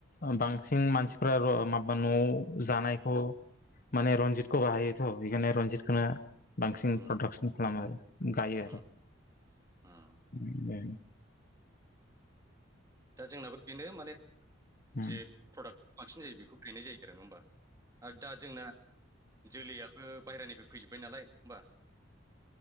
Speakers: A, on the left (about 45°); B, on the right (about 15°).
A: ओ बांसिन मानसिफ्रा र माबा न'आव जानायखौ माने रनजितखौ
B: उम
A: गाहायो थ' एखायनो रनजितखोनो बांसिन
B: उम
A: प्रडाक्सन खालामो आरो। गायो आरो।
B: उम उम
A: <unintelligible>
B: दा जोंनाबो बेनो माने
A: उम
B: जे प्रडाक्ट बांसिन जायो बेखौ गायनाय जायो आरो । नङा होमबा? आरो दा जोंना जोलैया बो बाहेरानिफाय फैजोबबाय नालाय होमबा